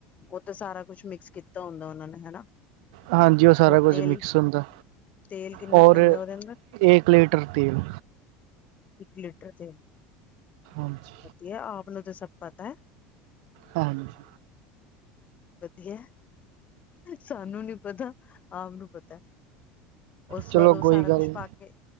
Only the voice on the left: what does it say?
ਉਹ ਤੇ ਸਾਰਾ ਕੁਛ ਮਿਕਸ ਕੀਤਾ ਹੁੰਦਾ ਉਹਨਾਂ ਨੇ ਹਨਾ।
ਹੋਰ
ਤੇਲ
ਤੇਲ ਕਿੰਨਾ
ਪੈਂਦਾ ਉਹਦੇ ਅੰਦਰ
ਇੱਕ ਲੀਟਰ ਤੇਲ
ਵਧੀਆ ਆਪ ਨੂੰ ਤਾਂ ਸਭ ਪਤਾ ਹੈ।
ਵਧੀਆ ਸਾਨੂੰ ਨੀ ਪਤਾ ਆਪ ਨੂੰ ਪਤਾ ਉਸ
ਬਾਅਦ ਉਹ
ਸਾਰਾ
ਕੁਛ
ਪਾ ਕੇ